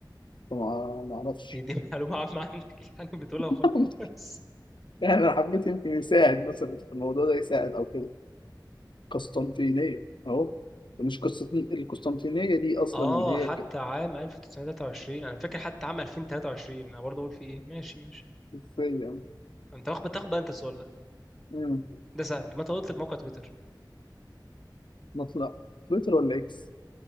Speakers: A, on the left; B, in the centre.
A: فما ما أعرفش
B: دي دي <laughs> معلومة عامة عندك يعني بتقولها
A: <laughs>
B: وخلاص
A: يعني أنا حبيت يمكن يساعد مثلا الموضوع ده يساعد أو كده قسطنطينية أهو مش قسطن- القسطنطينية دي أصلا
B: اه
A: هي
B: حتى
A: كده
B: عام 1923 انا فاكر حتى عام 2023 انا برضه اقول في ايه ماشي ماشي
A: إزاي يعني
B: انت واخد بتاخد بقى انت السؤال ده
A: مم.
B: ده سهل متى اطلق موقع تويتر
A: مطلع تويتر ولا إكس